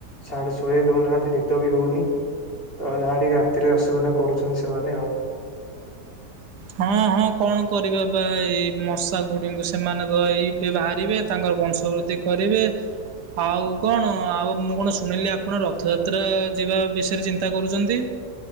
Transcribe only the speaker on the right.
ହଁ ହଁ କଣ କରିବ ଏ ଏଇ ମଶା ଗୁଡିକୁ ସେମାନେ ତ ଏଇବେ ବାହାରିବେ। ତାଙ୍କର ବ ବଂଶ ବୃଦ୍ଧି କରିବେ। ଆଉ କଣ ଆଉ ମୁଁ କଣ ଶୁଣିଲି ଆପଣ ରଥଯାତ୍ରା ଯିବା ବିଷୟରେ ଚିନ୍ତା କରୁଛନ୍ତି?